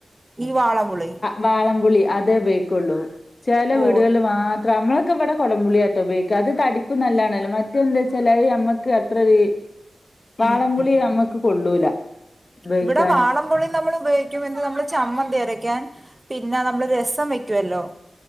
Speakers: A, on the right; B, on the left.
A: ഈ വാളംപുളി
B: വാളംപുളി അതേ ഉപയോഗിക്കൊള്ളൂ ചില
A: ഓ
B: വീടുകളിൽ മാ അമ്മളൊക്കെ ഇവിടെ കുടംപുളിയാട്ടോ ഉപയോഗിക്ക അത് തടിക്കും നല്ലാണല്ലോ മറ്റെത് എന്താച്ചാലത് ഞമ്മക്ക് അത്രര് വാളംപുളി
A: ഉം ഉം
B: നമ്മക്ക് കൊള്ളൂല. ഉപയോഗിക്കാന്
A: ഇവിടെ വാളം പുളി നമ്മള് ഉപയോഗിക്കുമെന്ന് നമ്മള് ചമ്മന്തി അരയ്ക്കാൻ പിന്നെ നമ്മള് രസം വെക്കുവല്ലോ